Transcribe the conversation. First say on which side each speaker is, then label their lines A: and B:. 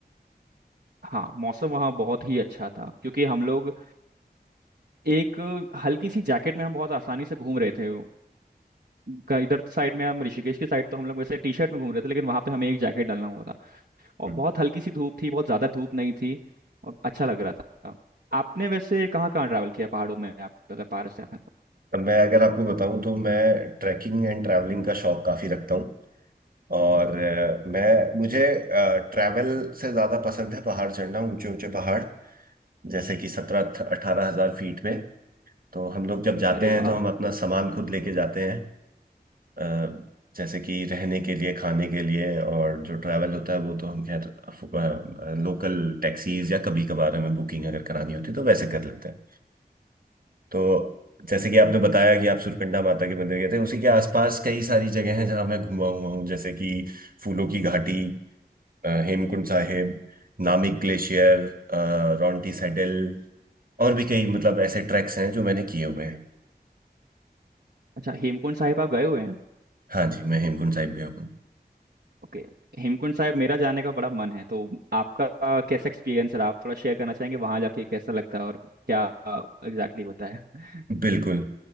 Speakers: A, on the right; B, on the right.
A: हाँ मौसम वहाँ बहुत ही अच्छा था क्योंकि हम लोग एक हल्की सी जैकेट में हम बहुत आसानी से घूम रहे थे का- इधर साइड में हम ऋषिकेश की साइड तो हम लोग वैसे टी शर्ट में घूम रहे थे लेकिन वहां पे हमें एक जैकेट डालना हुआ था और
B: हम्म।
A: बहुत हल्की सी धूप थी बहुत ज्यादा धूप नहीं थी और अच्छा लग रहा था आपने वैसे कहाँ कहाँ ट्रैवल किया पहाड़ों में आप अगर पहाड़ से आप हैं तो
B: अब मैं अगर आपको बताऊं तो मैं ट्रैकिंग एंड ट्रैवलिंग का शौक काफी रखता हूँ और अ, मैं मुझे ट्रैवल से ज्यादा पसंद है पहाड़ चढ़ना ऊंचे ऊंचे पहाड़ जैसे कि सत्रह अठारह हजार फीट में तो हम लोग जब जाते
A: अरे
B: हैं
A: वाह
B: तो हम अपना सामान खुद लेके जाते हैं अ, जैसे कि रहने के लिए खाने के लिए और जो ट्रैवल होता है वो तो हम खैर अफ- अ, लोकल टैक्सीज या कभी कभार हमें बुकिंग अगर करानी होती है तो वैसे कर लेते हैं तो जैसे कि आपने बताया कि आप सुरकंडा माता के मंदिर गए थे उसी के आसपास कई सारी जगह हैं जहां मैं घूमा हुआ हूँ जैसे कि फूलों की घाटी अ, हेमकुंड साहिब नामिक ग्लेशियर अ, रॉन्टी सैडल और भी कई मतलब ऐसे ट्रैक्स हैं जो मैंने किए हुए हैं
A: अच्छा हेमकुंड साहिब आप गए हुए हैं
B: हाँ जी मैं हेमकुंड साहिब गया हूँ
A: ओके हेमकुंड साहिब मेरा जाने का बड़ा मन है तो आपका आ, कैसा एक्सपीरियंस रहा आप थोड़ा शेयर करना चाहेंगे वहां जाके कैसा लगता है और क्या एग्जैक्टली exactly होता है
B: बिल्कुल